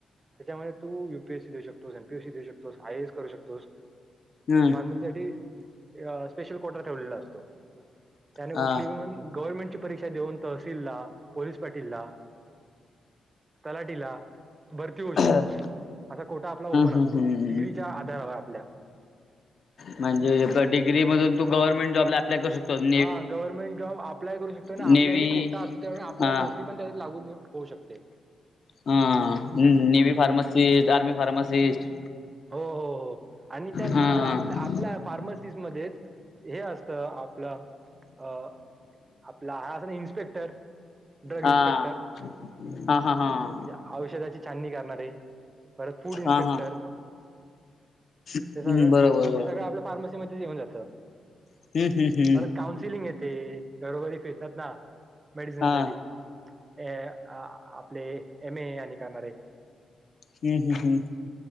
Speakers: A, on the right (about 25°); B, on the left (about 50°).
A: त्याच्यामुळे तू युपीएससी देऊ शकतोस, एमपीएसी देऊ शकतोस, आयए एस करू शकतोस.
B: हं.
A: <unintelligible> साठी स्पेशल कोटा ठेवलेला असतो, त्याने
B: हा
A: कुठली पण गव्हर्नमेंट ची परीक्षा देऊन तहसीलला, पोलीस पाटीलला, तलाठीला भरती होऊ शकतोस.
B: हम्म
A: असा कोटा आपला ओपन
B: हम्म
A: असतो,
B: हम्म
A: डिग्रीच्या आधारावर आपल्या.
B: म्हणजे डिग्रीमधून तू गव्हर्नमेंट जॉबला अप्लाय करू शकतो अजून
A: हा गव्हर्नमेंट जॉब अप्लाय करू शकतो आणि
B: नेव्ही
A: आपल्यासाठी कोटा असतो, त्यावेळी आपल्याला
B: हा
A: नोकरी पण त्याच्यात लागून होऊ शकते.
B: हा. नेवी
A: हम्म
B: फार्मासिस्ट, आर्मी फार्मासिस्ट
A: हो हो हो आणि त्याचबरोबर
B: हा
A: आपल्या फार्मसिस मध्येच हे असतं अब आपलं अ आपला हा असंलना इन्स्पेक्टर ड्रग
B: हां
A: इन्स्पेक्टर
B: हां हां हां.
A: म्हणजे औषधाची छाननी करणारे, परत फूड इन्स्पेक्टर.
B: हा हा हम्म
A: हे सगळं
B: बरोबर
A: हे
B: बरोबर
A: सगळं आपल्या फार्मसी मध्येच येऊन जातं.
B: <unintelligible>
A: परत काउन्सिलिंग येते, घरोघरी फिरतात ना मेडिसिन
B: हा
A: साठी. हे अ आपले एम ए आणि करणारे हायत.
B: हम्म हम् हम्